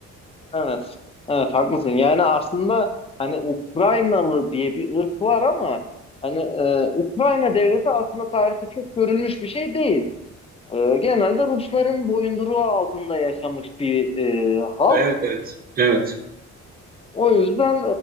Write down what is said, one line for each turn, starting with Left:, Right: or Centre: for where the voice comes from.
Left: Evet. Evet haklısın. Yani aslında hani Ukraynalı diye bir ırk var ama hani e, Ukrayna devleti aslında tarihte çok görülmüş bir şey değil. E, genelde Rusların boyunduruğu altında yaşamış bir e, halk.
Right: Evet evet. Evet
Left: O yüzden